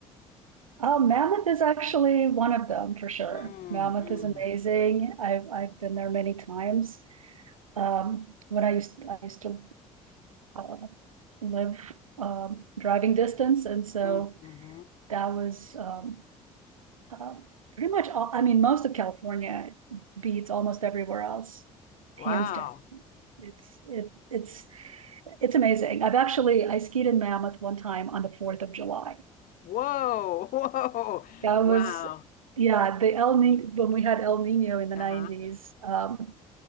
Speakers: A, on the right (about 80°); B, on the left (about 50°).
A: Oh, Mammoth is actually one of them for sure.
B: Mm,
A: Mammoth
B: mm,
A: is amazing. I've I've been there many times. Um, when I used I used to uh, live um, driving distance, and so
B: mm, mm-hmm.
A: that was um, uh, pretty much all. I mean, most of California beats almost everywhere else,
B: Wow.
A: hands down. It's it it's it's amazing. I've actually I skied in Mammoth one time on the Fourth of July.
B: Whoa.
A: That
B: <laughs>
A: was,
B: Whoa. Wow.
A: yeah, the El Ni when we had El Nino in the
B: Uh-huh.
A: 90s, um,